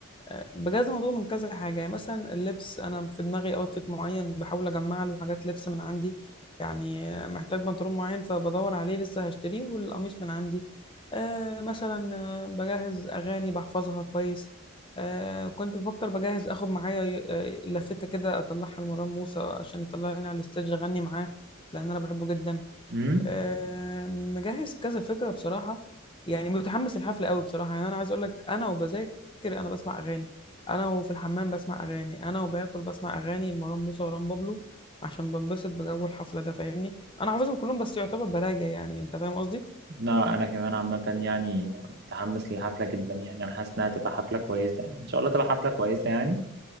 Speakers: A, on the left; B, on the right.
A: آه، بجاز الموضوع من كذا حاجه يعني مثلا اللبس انا في دماغي اوتفيت معين بحاول اجمع له حاجات لبس من عندي يعني آه، محتاج بنطلون معين فبدور عليه لسه هشتريه والقميص من عندي آه، مثلا آه، بجهز اغاني بحفظها كويس آه، كنت بفكر بجهز اخد معايا آه، لافته كده اطلعها لمروان موسى عشان يطلعني على الستيج اغني معاه لان انا بحبه جدا
B: امم
A: آه، مجهز كذا فكرة بصراحة يعني متحمس الحفلة قوي بصراحة يعني أنا عايز أقول لك أنا وبذاكر أنا بسمع أغاني أنا وفي الحمام بسمع أغاني أنا وباكل بسمع أغاني لمروان موسى ومروان بابلو عشان بنبسط بجو الحفلة ده فاهمني أنا حافظهم كلهم بس يعتبر براجع يعني أنت فاهم قصدي؟
B: لا انا كمان عامه يعني متحمس للحفله جدا يعني انا حاسس انها تبقى حفله كويسه يعني، ان شاء الله تبقى حفله كويسه يعني